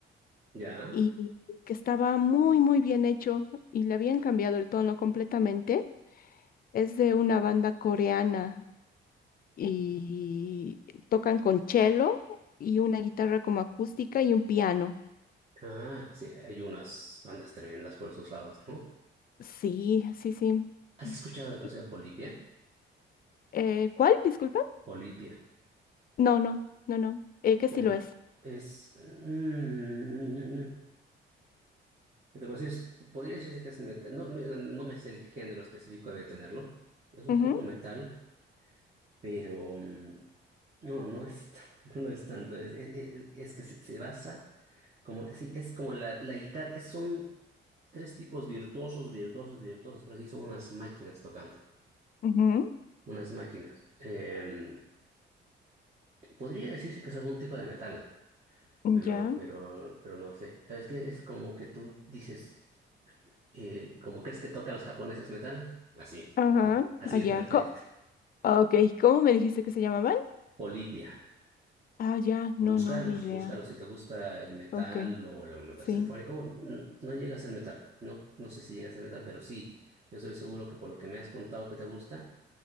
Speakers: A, on the right; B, on the left.
A: Ya.
B: y que estaba muy, muy bien hecho y le habían cambiado el tono completamente. Es de una banda coreana y tocan con cello y una guitarra como acústica y un piano.
A: Ah, sí, hay unas bandas tremendas por esos lados, ¿no?
B: Sí, sí, sí.
A: ¿Has escuchado de cosa
B: Y-
A: de Polipia?
B: eh, ¿cuál? Disculpa.
A: Polipia.
B: No, no, no, no. Eh, que
A: Hombre,
B: sí lo es.
A: es... mm, te puedo decir, es- podría decirse que es metal. No, me- no me sé el género específico de tenerlo. Es un
B: Ujú,
A: poco metal, pero... mm, No, no es, tan- <laughs> no lo es tanto. Es, es- es- es que se, se basa como... Sí, es como la, la guitarra. Es, son tres tipos virtuosos, virtuosos, virtuosos, pero sí son unas máquinas tocando.
B: ujú,
A: unas máquinas. Em, podría decirse que es algún tipo de metal, pero,
B: Ya.
A: pero, pero no lo sé. ¿Sabes qué? Es como que tú dices, eh, como crees que tocan los japoneses metal, así,
B: Ajá.
A: así
B: Allá.
A: de perfecto.
B: Co- ah, ok. ¿Cómo me dijiste que se llamaban?
A: Polipia.
B: Ah, ya. No,
A: Búscalos,
B: no, ni idea.
A: búscalos. Si te gusta el metal
B: Ok.
A: o el metal
B: Sí.
A: sinfónico, n- no llega a ser metal. No, no sé si llega a ser metal, pero sí. Yo estoy seguro que por lo que me has contado que te gusta,